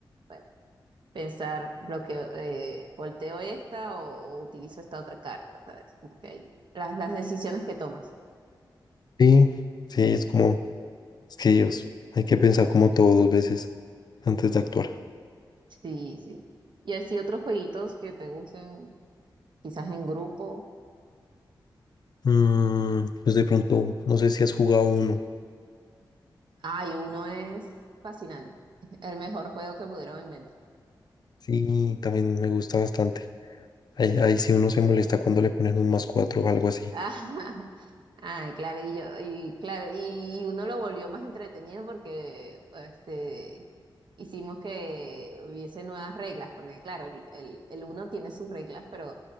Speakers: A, on the right (about 65°); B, on the left (about 55°).
A: bueno, pensar, bloqueo, eh, volteo esta o, o utilizo esta otra carta, ¿sabes? Como que ahí, las, las decisiones que tomas.
B: Sí, sí, es como, es que Dios, hay que pensar como todo dos veces antes de actuar.
A: Sí, sí. Y así otros jueguitos que te gusten, quizás en grupo.
B: Mm, pues de pronto, no sé si has jugado uno.
A: Ay, uno es fascinante. <laughs> El mejor juego que pudieron inventar.
B: Sí, también me gusta bastante. Ahí, ahí sí uno se molesta cuando le ponen un más cuatro o algo así.
A: <laughs> Ay, claro, y yo, y claro, y, y uno lo volvió más entretenido porque este hicimos que hubiese nuevas reglas, porque claro, el, el, el uno tiene sus reglas, pero